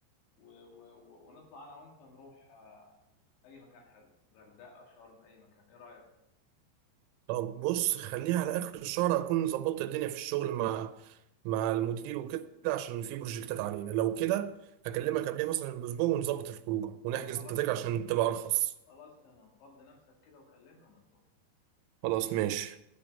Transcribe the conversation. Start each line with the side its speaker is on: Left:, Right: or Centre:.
Left: و... و... و- ونطلع انا وانت نروح آه، اي مكان حلو غردقه شرم اي مكان ايه رايك
Right: طب بص خليها على اخر الشهر اكون ظبطت الدنيا في الشغل مع مع المدير وكده عشان في بروجكتات علينا لو كده هكلمك قبلها مثلا باسبوع ونظبط الخروجه
Left: طب
Right: ونحجز
Left: خلاص
Right: التذاكر عشان تبقى ارخص
Left: خلاص تمام فضي نفسك كده وكلمنا ونطلع
Right: خلاص ماشي